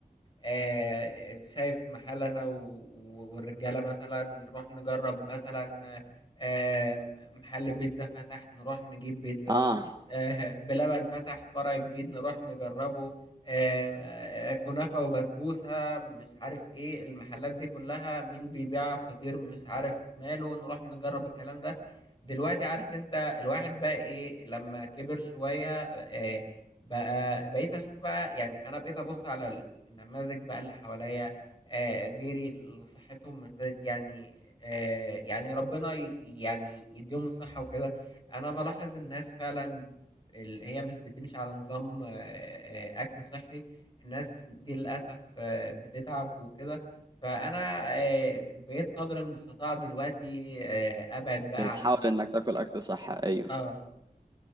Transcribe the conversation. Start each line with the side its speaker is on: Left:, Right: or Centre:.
Left: آه، شايف محل انا و- و- والرجاله مثلا نروح نجرب مثلا آه، محل بيتزا فتح نروح نجيب بيتزا
Right: آه
Left: آه، بلبن فتح فرع جديد نروح نجربه آه، آه، كنافة وبسبوسة مش عارف ايه المحلات دي كلها مين بيبيع فطير مش عارف ماله نروح نجرب الكلام ده دلوقتي عارف انت الواحد بقى ايه لما كبر شوية آه، بقى بقيت اشوف بقى يعني انا بقيت ابص على النماذج بقى اللي حواليا آه، غيري اللي صحتهم ابتدت يعني آه، يعني ربنا ي- يعني يديهم الصحة وكده انا بلاحظ الناس فعلا اللي هي مش بتمشي على نظام آه، آه، أكل صحي الناس دي للأسف آه، بتتعب وكده فأنا آه، بقيت قدر المستطاع دلوقتي آه، أبعد بقى
Right: بتحاول
Left: عن ال...
Right: إنك تاكل أكل صحي أيوه
Left: آه